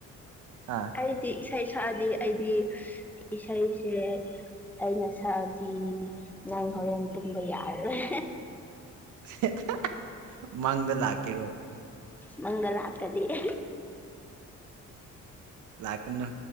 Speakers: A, on the right; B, in the centre.
A: ꯍꯥ
B: ꯑꯩꯗꯤ ꯏꯁꯩ ꯁꯛꯑꯗꯤ ꯑꯩꯗꯤ ꯏꯁꯩꯁꯦ ꯑꯩꯅ ꯁꯥꯥꯛꯗꯤ ꯉꯥꯡ ꯍꯣꯔꯦꯟ ꯇꯨꯝꯕ ꯌꯥꯔꯣꯏ
A: ꯍꯥ ꯍꯥ ꯃꯪꯗ ꯂꯥꯛꯀꯦꯔꯣ
B: ꯃꯪꯂꯥꯀꯗꯤ <unintelligible>
A: ꯂꯥꯛꯀꯅꯨ